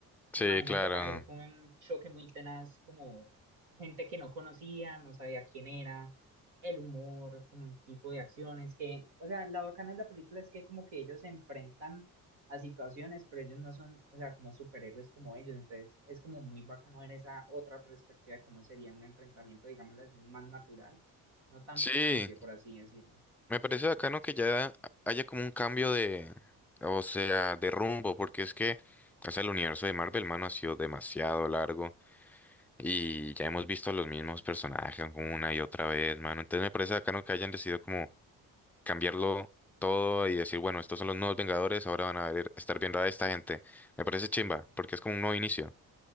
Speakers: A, on the right (about 80°); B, in the centre.
A: me
B: Sí,
A: imagino
B: claro.
A: que para él fue un choque muy tenaz, como gente que no conocía, no sabía quién era, el humor, como el tipo de acciones que, o sea, la bacana de la película es que como que ellos se enfrentan a situaciones, pero ellos no son, o sea, como superhéroes como ellos, entonces es como muy bacano ver esa otra perspectiva de cómo sería un enfrentamiento, digámoslo así, más natural, no tan
B: Sí,
A: ficticio, por así decirlo.
B: me parece bacano que ya haya como un cambio de, o sea, de rumbo, porque es que, o sea, el universo de Marvel, mano, ha sido demasiado largo y ya hemos visto los mismos personajes una y otra vez, mano. Entonces me parece bacano que hayan decidido como cambiarlo todo y decir, bueno, estos son los nuevos Vengadores, ahora van a ver- estar viendo a esta gente. Me parece chimba, porque es como un nuevo inicio.